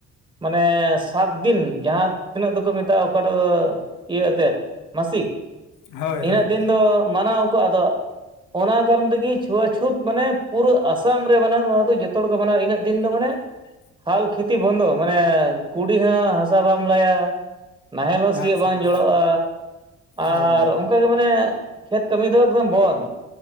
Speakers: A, on the right; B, on the left.
A: ᱢᱟᱱᱮ ᱥᱟᱛ ᱫᱤᱱ ᱡᱟᱦᱟᱸ ᱛᱤᱱᱟᱹᱜ ᱫᱚᱠᱚ ᱢᱮᱛᱟᱜᱼᱟ ᱚᱠᱟᱴᱟᱜ ᱫᱚ ᱤᱭᱟᱹ ᱟᱛᱮᱫ ᱢᱟᱥᱤᱠ
B: ᱦᱳᱭ
A: ᱤᱱᱟᱹᱜ
B: ᱦᱳᱭ
A: ᱫᱤᱱ ᱫᱚ ᱢᱟᱱᱟᱣ ᱟᱠᱚ ᱟᱫᱚ ᱚᱱᱟ ᱠᱟᱨᱚᱱ ᱛᱮᱜᱮ ᱪᱷᱩᱣᱟᱪᱷᱩᱸᱛ ᱢᱟᱱᱮ ᱯᱩᱨᱟᱹ ᱟᱥᱟᱢ ᱨᱮ ᱢᱟᱱᱮ ᱱᱚᱣᱟ ᱫᱚ ᱡᱚᱛᱚ ᱦᱚᱲ ᱠᱚ ᱢᱟᱱᱟᱣᱟ ᱤᱱᱟᱹᱜ
B: <unintelligible>
A: ᱫᱤᱱ ᱫᱚ ᱢᱟᱱᱮ ᱦᱟᱞ ᱠᱷᱮᱛᱤ ᱵᱚᱱᱫᱚ ᱢᱟᱱᱮ ᱠᱩᱰᱤ ᱦᱚᱸ ᱦᱟᱥᱟ ᱵᱟᱢ ᱞᱟᱭᱟ ᱱᱟᱦᱮᱞ ᱦᱚᱸ
B: ᱟᱪᱪᱷᱟ
A: ᱥᱤᱭᱚᱜ ᱵᱟᱝ
B: ᱟᱪᱪᱷᱟ
A: ᱡᱚᱲᱟᱣᱼᱟ
B: ᱚ
A: ᱟᱨ ᱚᱱᱠᱟ ᱜᱮ ᱢᱟᱱᱮ ᱠᱷᱮᱛ ᱠᱟᱹᱢᱤ ᱫᱚ ᱮᱠᱫᱚᱢ ᱵᱚᱱᱫ